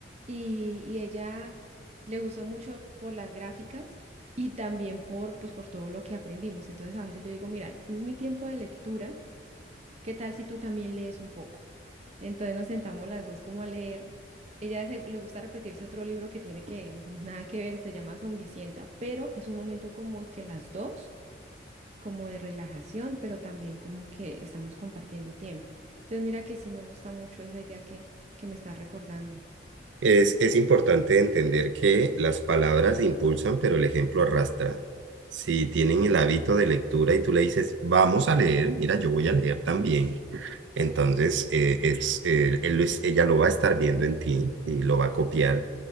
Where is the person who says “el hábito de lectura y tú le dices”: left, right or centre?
Right